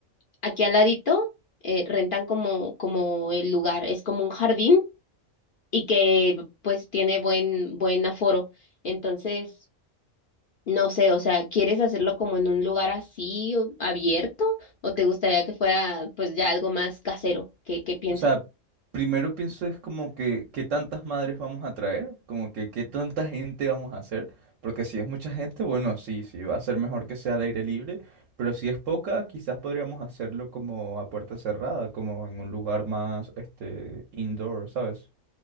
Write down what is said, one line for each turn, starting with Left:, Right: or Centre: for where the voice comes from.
Left: aquí al ladito eh, rentan como, como el lugar, es como un jardín y que pues tiene buen, buen aforo. Entonces, No sé, o sea, ¿quieres hacerlo como en un lugar así o- abierto o te gustaría que fuera pues ya algo más casero? ¿Qué, qué piensas?
Right: O sea, primero pienso es como que qué tantas madres vamos a traer, como que qué tanta gente vamos a hacer, porque si es mucha gente, bueno, sí, sí, va a ser mejor que sea al aire libre, pero si es poca, quizás podríamos hacerlo como a puerta cerrada, como en un lugar más, este, indoor, ¿sabes?